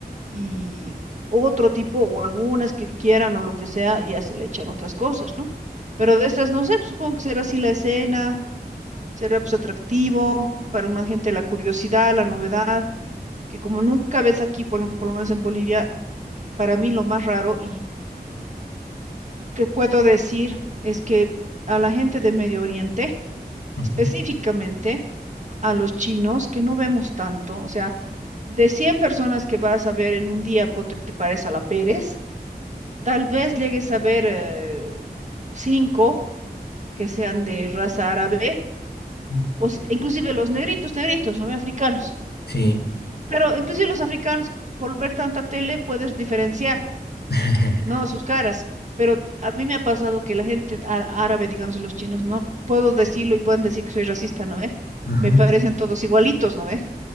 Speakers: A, on the right; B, on the left.
A: y otro tipo o algunas que quieran o lo que sea, y ya se le echan otras cosas, ¿no? Pero de esas, no sé, pues, supongo que será así la escena, será pues atractivo para una gente la curiosidad, la novedad, que como nunca ves aquí, por ejemplo, por lo menos en Bolivia, para mí lo más raro y que puedo decir es que a la gente de Medio Oriente,
B: ujú,
A: específicamente a los chinos, que no vemos tanto, o sea, de 100 personas que vas a ver en un día, ponte que te parezca a la Pérez, Tal vez llegues a ver eh, cinco que sean de raza árabe,
B: ujú.
A: o si- inclusive los negritos, negritos, no africanos.
B: Sí.
A: Pero inclusive los africanos, por ver tanta tele, puedes diferenciar,
B: <laughs>
A: ¿no? Sus caras. Pero a mí me ha pasado que la gente á- árabe, digamos, y los chinos, no puedo decirlo y pueden decir que soy racista, ¿no ve?
B: Ajá.
A: Me parecen todos igualitos, ¿no ve?